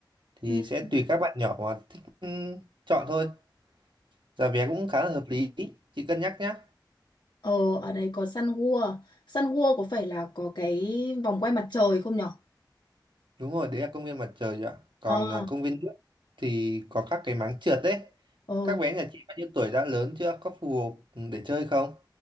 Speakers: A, on the right (about 85°); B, on the left (about 70°).
A: Thì
B: ừm,
A: sẽ tùy các bạn nhỏ mà thích ừm, chọn thôi. Giá vé cũng khá là hợp lý, chị cân nhắc nhé.
B: Ờ, ở đấy có Sun World. Sun World có phải là có cái vòng quay mặt trời không nhở?
A: Đúng rồi, đấy là công viên mặt trời ạ. Còn
B: Ờ.
A: à, công viên nước thì có các cái máng trượt đấy.
B: Ờ,
A: Các bé nhà chị bao nhiêu tuổi đã lớn chưa? Có phù hợp để chơi không?